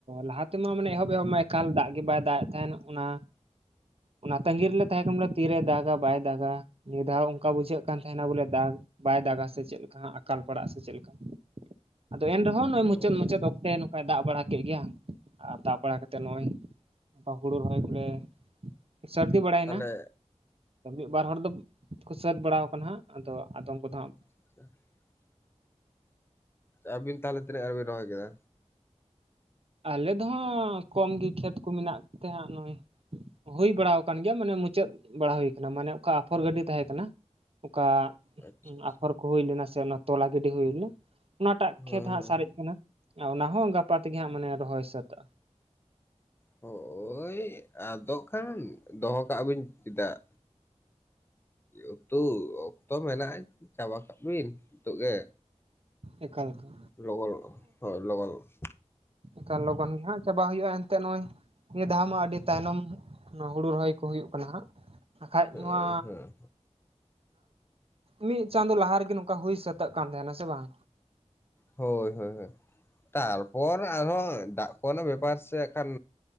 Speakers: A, on the right (about 55°); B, on the left (about 20°).
A: ᱞᱟᱦᱟ ᱛᱮᱢᱟ ᱢᱟᱱᱮ ᱮᱦᱚᱵ ᱮᱦᱚᱵ ᱢᱟ ᱮᱠᱟᱞ ᱫᱟᱜ ᱜᱮ ᱵᱟᱭ ᱫᱟᱜ ᱮᱫ ᱛᱮᱦᱮᱱ᱾ ᱚᱱᱟ ᱚᱱᱟ ᱛᱟᱸᱟᱹᱜᱤ ᱨᱮᱞᱮ ᱛᱟᱦᱮᱸ ᱠᱟᱱᱟ ᱵᱚᱞᱮ ᱛᱤᱨᱮ ᱫᱟᱜᱟ ᱵᱟᱭ ᱫᱟᱜᱟ ᱱᱤᱭᱟᱹ ᱫᱷᱟᱣ ᱚᱱᱠᱟ ᱵᱩᱡᱷᱟᱹᱜ ᱠᱟᱱ ᱛᱟᱦᱮᱱᱟ ᱵᱚᱞᱮ ᱫᱟᱜᱽ ᱵᱟᱭ ᱫᱟᱜᱟ ᱥᱮ ᱪᱮᱫ ᱞᱮᱠᱟ ᱟᱠᱟᱞ ᱯᱟᱲᱟᱜᱼᱟ ᱥᱮ ᱪᱮᱫ ᱞᱮᱠᱟ ᱟᱫᱚ ᱮᱱᱨᱮᱦᱚᱸ ᱱᱚᱜᱼᱚᱭ
B: ᱦᱳᱭ
A: ᱢᱩᱪᱟᱹᱫ ᱢᱩᱪᱟᱹᱫ ᱚᱠᱛᱮ ᱱᱚᱝ ᱠᱟᱭ ᱫᱟᱜ ᱵᱟᱲᱟ ᱠᱮᱫ ᱜᱮᱭᱟ ᱟᱨ ᱫᱟᱜ ᱵᱟᱲᱟ ᱠᱟᱛᱮ ᱱᱚᱜᱼᱚᱭ ᱱᱚᱠᱟ ᱦᱳᱲᱳ ᱨᱚᱦᱚᱭ ᱠᱚᱞᱮ ᱥᱟᱹᱨᱫᱤ ᱵᱟᱲᱟᱭᱱᱟ,
B: ᱛᱟᱦᱚᱞᱮ
A: ᱢᱤᱫ ᱵᱟᱨ ᱦᱚᱲ ᱫᱚᱠᱚ ᱥᱟᱹᱛ ᱵᱟᱲᱟᱣ ᱠᱟᱱᱟ ᱦᱟᱸᱜ ᱟᱫᱚ ᱟᱫᱚᱢ ᱠᱚᱫᱚ ᱦᱟᱸᱜ
B: <unintelligible> ᱟᱹᱵᱤᱱ ᱛᱟᱦᱚᱞᱮ ᱛᱤᱱᱟᱹᱜ ᱜᱟᱱ ᱵᱤᱱ ᱨᱚᱦᱚᱭ ᱠᱮᱫᱟ?
A: ᱟᱞᱮ ᱫᱚ ᱦᱟᱸᱜ ᱠᱚᱢ ᱜᱮ ᱠᱷᱮᱛ ᱠᱚ ᱢᱮᱱᱟᱜ ᱛᱮᱦᱜ ᱱᱚᱜᱚᱭ ᱦᱩᱭ ᱵᱟᱲᱟ ᱟᱠᱟᱱ ᱜᱮᱭᱟ ᱢᱟᱱᱮ ᱢᱩᱪᱟᱹᱫ ᱵᱟᱲᱟ ᱦᱩᱭ ᱟᱠᱟᱱᱟ ᱢᱟᱱᱮ ᱚᱠᱟ ᱟᱯᱷᱚᱨ ᱜᱟᱹᱰᱤ ᱛᱟᱦᱮᱸ ᱠᱟᱱᱟ ᱚᱠᱟ
B: ᱟᱪᱪᱷᱟ ᱟᱪᱪᱷᱟ
A: ᱟᱯᱷᱚᱨ ᱠᱚ ᱦᱩᱭ ᱞᱮᱱᱟ ᱥᱮ ᱚᱱᱟ ᱛᱚᱞᱟ ᱜᱤᱰᱤ ᱦᱩᱭ ᱞᱮᱱᱟ ᱚᱱᱟᱴᱟᱜ
B: ᱦᱮᱸ
A: ᱠᱷᱮᱛ ᱦᱟᱸᱜ
B: ᱦᱮᱸ
A: ᱥᱟᱨᱮᱡ ᱠᱟᱱᱟ ᱟ ᱚᱱᱟ ᱦᱚᱸ ᱜᱟᱯᱟ ᱛᱮᱜᱮ ᱦᱟᱸᱜ ᱢᱟᱱᱮ ᱨᱚᱦᱚᱭ ᱥᱟᱹᱛᱟᱹᱜᱼᱟ᱾
B: ᱦᱳᱜ ᱳᱭ ᱟᱫᱚᱜ ᱠᱷᱟᱱ ᱫᱚᱦᱚ ᱠᱟᱜ ᱵᱤᱱ ᱪᱮᱫᱟᱜ ᱩᱛᱩ ᱚᱠᱛᱚ ᱢᱮᱱᱟᱜᱼᱟ ᱪᱟᱵᱟ ᱠᱟᱜ ᱵᱤᱱ ᱱᱤᱛᱚᱜ ᱜᱮ᱾
A: ᱮᱠᱟᱞ ᱮᱠᱟᱞ
B: <unintelligible>
A: ᱮᱠᱟᱞ ᱞᱚᱜᱚᱱ ᱜᱮᱦᱟᱸᱜ ᱪᱟᱵᱟ ᱜᱩᱭᱩᱜ-ᱟ ᱱᱚᱜᱼᱚᱭ ᱱᱤᱭᱟᱹ ᱫᱷᱟᱣ ᱢᱟ ᱟᱹᱰᱤ ᱛᱟᱭᱱᱚᱢ ᱦᱩᱲᱩ ᱨᱚᱦᱚᱭ ᱠᱚ ᱦᱩᱭᱩᱜ ᱠᱟᱱᱟ ᱦᱟᱸᱜ ᱵᱟᱠᱷᱟᱡ
B: ᱦᱩᱸ
A: ᱢᱟ
B: ᱦᱩᱸ
A: ᱢᱤᱫ ᱪᱟᱸᱫᱳ ᱞᱟᱦᱟ ᱨᱮᱜᱮ ᱱᱚᱝᱠᱟ ᱦᱩᱭ ᱥᱟᱹᱛᱟᱹᱜ ᱠᱟᱱ ᱛᱟᱦᱮᱱᱟ ᱥᱮ ᱵᱟᱝ,
B: ᱦᱳᱭ ᱦᱳᱭ ᱦᱳᱭ ᱛᱟᱨᱯᱚᱨ ᱟᱨᱦᱚᱸ ᱫᱟᱜ ᱠᱚᱨᱮᱱᱟᱜ ᱵᱮᱯᱟᱨ ᱥᱮ ᱠᱷᱟᱱ